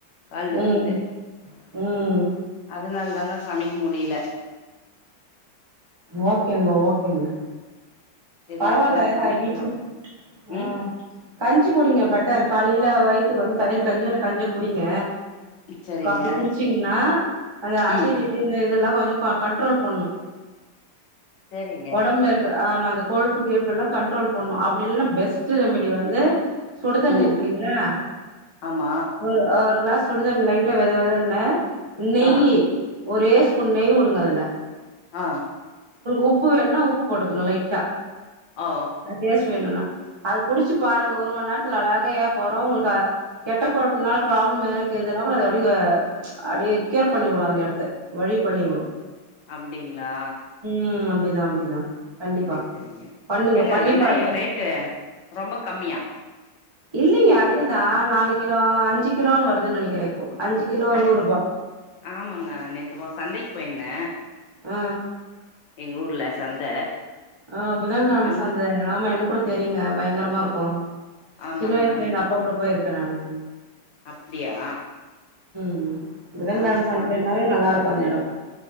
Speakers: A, on the left; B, on the right.
A: கால்லருந்து
B: ம் ம்
A: அதுனால்தாங் க சமைக் முடில
B: ஓகேங்க ஓகேங்க
A: சரி
B: பரவால்ல
A: இப்பதா சமைக்கலாம்
B: வீட்ல ஆ
A: ம்
B: கஞ்சி குடிங்க பெட்டர் காலைல வைத்துக்கு வந்து தயிர் கஞ்சியோ இல்ல கஞ்சியோ குடிங்க
A: சரிங்க
B: கப்டி குடிச்சீங்னா அந்த அசிடிடி
A: ம்
B: இந்த இதெல்லா கொஞ்சொ க கண்ட்ரோல் பண்ணு
A: சேரிங்க
B: ஒடம்ல இருக்க ஆம் <unintelligible> கொழுப்பு கிழுப்புல்லா கண்ட்ரோல் பண்ணு அப்படி இல்லனா பெஸ்ட்டு ரெமிடி வந்து சுடு தண்ணி
A: ம்
B: இருக்குல்லீங்களா
A: ஆமா
B: ஒரு அவர் கிளாஸ் சுடு தண்ணி லைட்டா வெது வெதுன்னு நெய்யீ
A: ஆ
B: ஒரே ஸ்பூன் நெய் உடுங்க அதுல
A: அ
B: உப்பு வேண்னா உப்பு போட்டுக்குங்க லைட்டா
A: ஆ
B: டேஸ்ட் வேணுன்னா அது குடிச்சு பாருங்க ஒரு மண் நேரத்துல அழக ஏப்போ வரு உங்களுக்கு அ கெட்ட கொழுப்புனால ப்ராப்ளம் இருக்குதுனா அப்டிக அப்டியே கியூர் பண்ணீயூடு அந்த எடத்த வழி பண்ணியூடு
A: அப்டிங் ளா
B: ம் அப்டிதா அப்டிதா கண்டிப்பா
A: செரி செரிங்க
B: பண்ணுங்க
A: ஏங்க
B: பண்ணி
A: வெங்காயோ
B: பாருங்க
A: ரேட்டு ரொம்ப கம்மியா
B: இல்லிங்க அதேதா நாலு கிலோ அஞ்சு கிலோன்னு வருதுன்னு நெனைக்கிறே இப்போ அஞ்சு கிலோ
A: அஞ்
B: நூறுபா
A: ஆமாங்க நேத்து ஒ சந்தைக்கி போய்ர்ந்த
B: ஆ
A: எங் ஊர்ல சந்த
B: ஆ புதன்கெழம
A: அங்க
B: சந்த ஆமா எனக் கூட தெரியுங்க பயங்கரமா இருக்கு
A: ஆமாங்க
B: சின்ன வயஸ்ல எங்க அப்பா கூட போய்ருக்க நானு
A: அப்டியா
B: ம் புதன்
A: ஆமா
B: கெழம சந்தனாவே நல்லாருக் கு அந்த எடோ